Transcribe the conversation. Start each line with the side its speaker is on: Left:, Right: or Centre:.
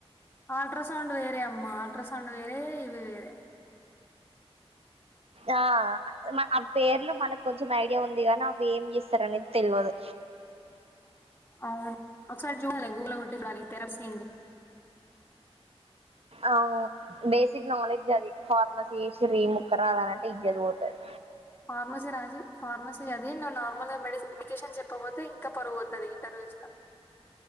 Left: ఆల్ట్రా సౌండ్ వేరే అమ్మా ఆల్ట్రా సౌండ్ వేరే ఇవి వేరే
Right: ఆ ఆ పేర్లు మనకు కొంచెం ఐడియా ఉంది నీ అవి ఏం చేస్తార అనేది తెల్వదు
Left: అవును ఒకసారి చూడాలి గూగుల్ లో కొట్టి చూడాలి ఇ థెరపీ
Right: ఆ బేసిక్ నాలెడ్జ్ అది ఫార్మసీ శ్రీ ముక్క రాదు అనంటే ఎజ్జత్ పోతాది
Left: ఫార్మస రాజ ఫార్మసి అదే నార్మల్ గా మెడికేషన్ చెప్పపోతే ఇంకా పరువు పోతాది ఇంటర్వ్యూస్ ల